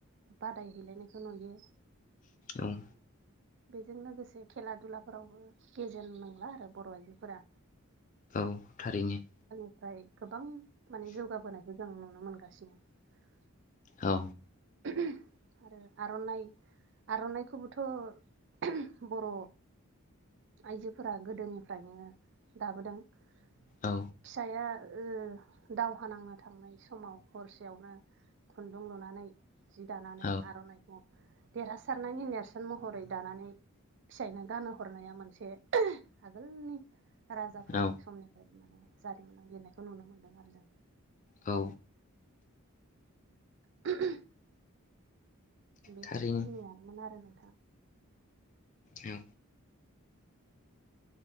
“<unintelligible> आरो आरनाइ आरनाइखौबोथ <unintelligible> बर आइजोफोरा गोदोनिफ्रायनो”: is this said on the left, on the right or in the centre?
Right